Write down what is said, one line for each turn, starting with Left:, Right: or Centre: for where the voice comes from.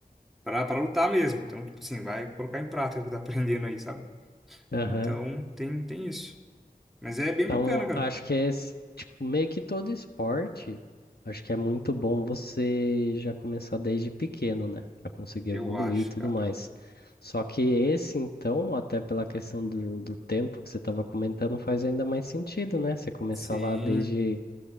Centre: pra, pra lutar mesmo. Então, tipo assim, vai colocar em prática o que tá aprendendo aí, sabe?
Left: Aham.
Centre: Então, tem, tem isso. Mas é bem
Left: Então,
Centre: bacana, cara.
Left: acho que é esse- tipo, meio que todo esporte, acho que é muito bom você já começar desde pequeno, né? Pra conseguir
Centre: Eu
Left: evoluir
Centre: acho,
Left: e tudo
Centre: cara.
Left: mais. Só que esse, então, até pela questão do, do tempo que você estava comentando, faz ainda mais sentido, né? Você começar
Centre: Sim.
Left: lá desde